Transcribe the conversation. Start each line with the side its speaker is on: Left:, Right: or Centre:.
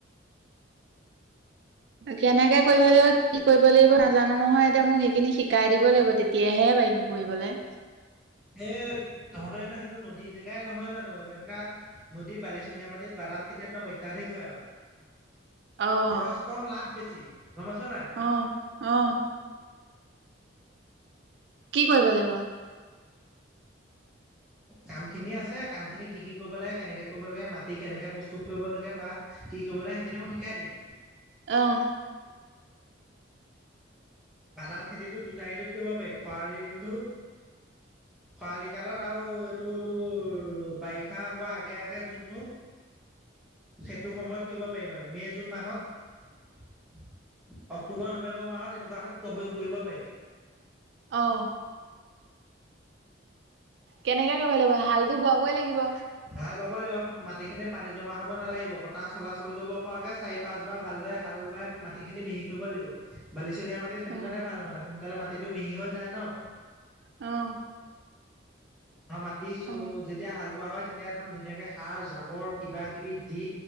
Right: কেনেকে কৰিব লাগিব কি কৰিব লাগিব নাজানো নহয়, এতিয়া মোক সেইখিনি শিকাই দিব লাগিব তেতিয়া। তেতিয়াহে পাৰিম কৰিবলৈ।
Centre: এ, তহঁতৰ এ, সেইটো নদী জেগাই নহয় জানো, এনেকা নদী বালিচুহিয়া মাটিত বাদাম। তেতিয়াদম অত্যাধিক হয় আৰু,
Right: অ',
Centre: খৰচ কম লাভ বেছি, গমাইছো নাই।
Right: অঁ, অ। কি কৰিব লাগিব?
Centre: কাম খিনি আছে, কাম খিনি কি, কি কৰিব লাগে, কেনেকে কৰিব লাগে মা। সেই, কেনেকে প্ৰস্তুত কৰিব লাগে, বা কি কৰিব লাগে সেইখিনি মই শিকাই দিম।
Right: অঁ।
Centre: বাদাম খেতিটো দুটা, ঋতুত কৰিব পাৰি, খৰালি ঋতু। খৰালি কালত আৰু এইটো তোৰ বাৰিষা হোৱা আগে, আগে যোনটো। সেইটো সময়ত কৰিব পাৰি মানে মে', জুন মাহত। অক্টোবৰ, নৱেম্বৰ মাহত এনেকুৱা খাক কৰিব পাৰি।
Right: অঁ। কেনেকে কৰিব লাগিব? হালটো বোৱাবই লাগিব!
Centre: হাল বাব লাগিব মাটি খিনিৰ পানী জমা হব নালাগিব, বতাহ চলাচল কৰিব পৰাকে। চাৰি, পাঁচ বাৰ ভালদৰে হাল বাই মাটি খিনি, মিহি কৰিব লাগিব বালিচুহিয়া মাটিত। সেইটো
Right: অ
Centre: কাৰণে ভাল মানে সোনকালে মাটিটো মিহি হৈ যায় ন।
Right: অঁ।
Centre: অঁ, মাতিছো
Right: অ
Centre: যেতিয়া হাল বোৱা হয়, তেতিয়া একদম ধুনীয়াকে সাৰ জাবৰ কিবা, কিবি দি।